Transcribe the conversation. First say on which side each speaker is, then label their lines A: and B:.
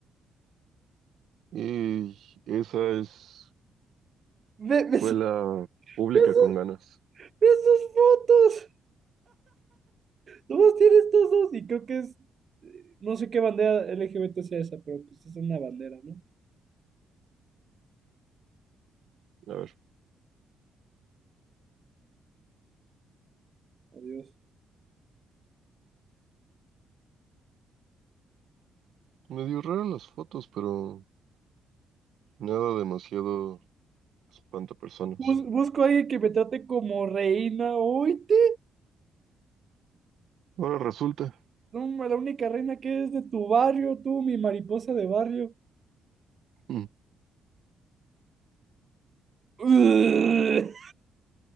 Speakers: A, on the right; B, on the right.
A: Y esa es
B: Ve, ve
A: escuela
B: su-
A: pública
B: ve sus,
A: con ganas.
B: ve sus fotos. Nomás tiene estos dos. Y creo que es, no sé qué bandera LGBT sea esa, pero pues es una bandera, ¿no?
A: A ver,
B: Adiós.
A: medio raras las fotos, pero... Nada demasiado espantapersonas.
B: Bus- busco a alguien que me trate como reina. Oíte.
A: Ahora resulta.
B: No, ma, la única reina que es de tu barrio, tú, mi mariposa de barrio.
A: Mm,
B: <laughs> ¡Ugh!